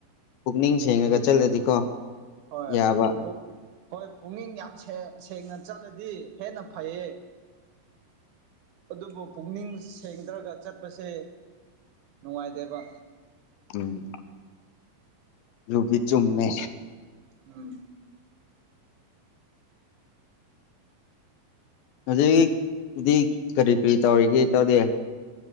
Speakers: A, on the left; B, on the right.
A: ꯄꯨꯛꯅꯤꯡ ꯁꯦꯡꯉꯒ ꯆꯠꯂꯗꯤꯀꯣ
B: ꯍꯣꯏ
A: ꯌꯥꯕ
B: ꯇ ꯍꯣꯏ ꯄꯨꯛꯅꯤꯡ ꯌꯥꯝ ꯁꯦꯡ ꯁꯦꯡꯅ ꯆꯠꯂꯗꯤ ꯍꯦꯟꯅ ꯐꯩꯌꯦ ꯑꯗꯨꯕꯨ ꯄꯨꯛꯅꯤꯡ ꯁꯦꯡꯗ꯭ꯔꯒ ꯆꯠꯄꯁꯦ ꯅꯨꯡꯉꯥꯏꯗꯦꯕ
A: ꯎꯝ꯫ ꯌꯨꯕꯤ ꯆꯨꯝꯃꯦ
B: ꯎꯝ
A: ꯑꯗꯨꯗꯒꯤꯗꯤ ꯀꯔꯤ ꯀꯔꯤ ꯇꯧꯔꯤꯒꯦ ꯇꯧꯗꯦ